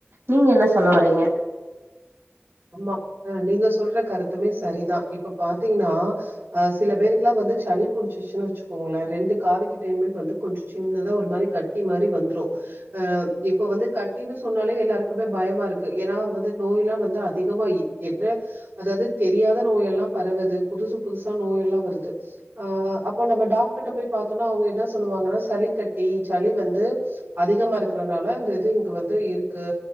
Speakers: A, on the right; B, on the right.
A: நீங்க என்ன சொல்ல வரீங்க
B: ஆமாஹ் நீங்க சொல்ற கருத்துமே சரிதான் இப்ப பாத்தீங்கன்னா அஹ் சில பேருக்குெல்லாம் வந்து சளி பிடிச்சிருச்சு வச்சுக்கோங்களேன் ரெண்டு காது கிட்டுமே வந்து கொஞ்சம் சின்னதா ஒரு மாதிரி கட்டி மாதிரி வந்துரும் ஆஹ் இப்ப வந்து கட்டினு சொன்னாலே எல்லாருக்குமே பயமா இருக்கு ஏன்னா வந்து நோய் எல்லாம் வந்து அதிகமா என்ன அதாவது தெரியாத நோய் எல்லாம் பரவுது புதுசு புதுசா நோய் எல்லாம் வருது ஆ அப்ப நம்ம டாக்டர்ட்ட போய் பா்த்தோம்னா அவங்க என்ன சொல்லுவாங்கன்னா சளி கட்டி சளி வந்து அதிகமா இருக்கறனால அந்த இது இங்க வந்து இருக்கு